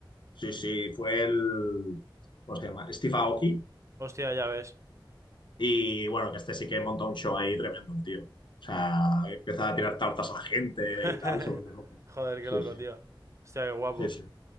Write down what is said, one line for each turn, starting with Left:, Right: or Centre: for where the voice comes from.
Left: Sí, sí, fue el, ¿cómo se llama? Steve Aoki.
Right: Hostia, ya ves.
Left: Y bueno, que este sí que montó un show ahí tremendo, el tío. O sea, empieza a tirar tartas a la gente
Right: <laughs>
Left: y tal, sobre todo.
Right: Joder, qué
Left: Sí,
Right: loco,
Left: sí,
Right: tío. Hostia, qué guapo.
Left: sí, sí,